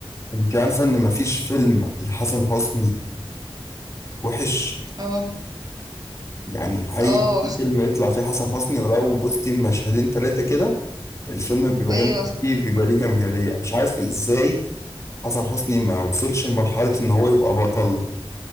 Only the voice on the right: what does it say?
اه
اه
ايوه